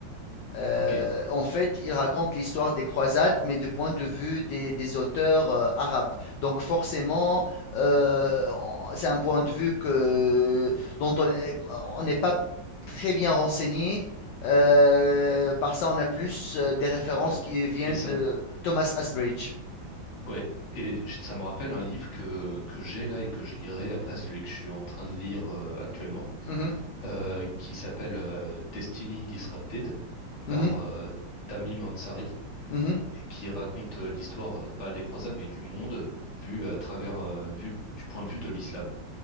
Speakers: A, on the left; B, on the left.
A: Euh,
B: Ok,
A: en fait, il raconte l'histoire des croisades, mais du point de vue des, des auteurs euh, arabes. Donc forcément, euh, on- c'est un point de vue que, dont on est- on n'est pas très bien renseigné. Euh, par ça, on a plus euh, des références
B: ouais.
A: qui viennent
B: Mais ça
A: de
B: me,
A: Thomas Asbridge.
B: ouais. Et j- ça me rappelle un livre que, que j'ai là et que je lirai après celui que je suis en train de lire euh, actuellement,
A: Mhm,
B: euh, qui s'appelle euh, Destiny Disrupted par
A: mhm,
B: euh, Tamim Ansari
A: mhm.
B: et qui raconte euh, l'histoire, euh, pas des croisades, mais du monde vu à travers, euh, vu du point de vue de l'islam.